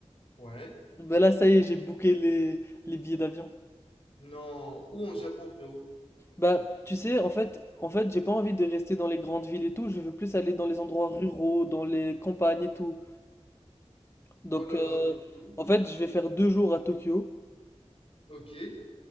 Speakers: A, on the left; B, on the left.
A: Ouais.
B: Bah là ça y est, j'ai booké les, les billets d'avion.
A: Non. Où en Japon, frérot?
B: Bah tu sais, en fait, en fait, j'ai pas envie de rester dans les grandes villes et tout, je veux plus aller dans les endroits ruraux, dans les campagnes et tout. Donc
A: Oh là
B: euh,
A: là. et c'est où
B: en fait, je vais faire deux jours à Tokyo.
A: Ok.